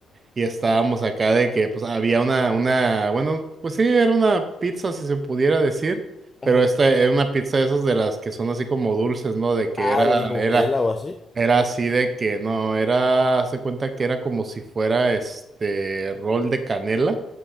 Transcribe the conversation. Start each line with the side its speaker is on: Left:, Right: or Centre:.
Right: y estábamos acá de que pues había una, una, bueno, pues sí, era una pizza si se pudiera decir, pero
Left: ujú.
Right: esta era una pizza de esas de las que son así como dulces, ¿no? De que
Left: Ah,
Right: era,
Left: de los de Nutella
Right: era,
Left: o así.
Right: era así de que no, era, haz de cuenta que era como si fuera este rol de canela.